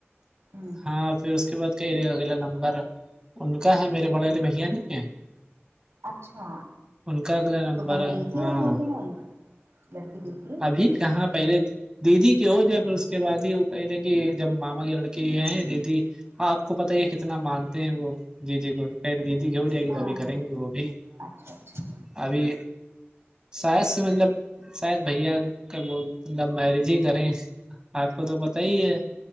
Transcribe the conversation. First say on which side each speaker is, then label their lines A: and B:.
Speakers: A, on the right; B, on the right.
A: ہ
B: ہاں پھر اس کے بعد کہے اگلا نمبر ان کا ہے میرے بڑے والے بھیا نہیں ہیں
A: اچھا
B: کا اگلا نمبر
A: تو کہیں
B: ہے
A: دیکھیے
B: ہاں
A: کہ ہی نہیں لڑکی دیکھیھی
B: ابھی کہاں پہلے دیدی کے ہو جیا پھر اس کے بعد ہی وہ کہ تھے کہ جب ماما کی لڑکی کہ
A: اچھا
B: ہے دیدی ہاں آپ کو پت ہے کتنا مانتے ہیں وہ جی جی پہلے دیدی کہ ہو جائے گی
A: ہاں
B: تبھی کریں گے وہ بھی
A: اچھا اچھا
B: ابھی شاید سے مطلب شاید بھیا کا ب مطلب میرج ہی کریں آپ کو تو پتا ہی ہے